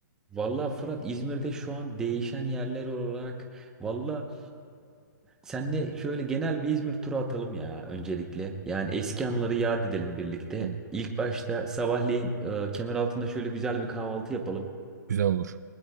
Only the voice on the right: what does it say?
Olur.
Güzel olur.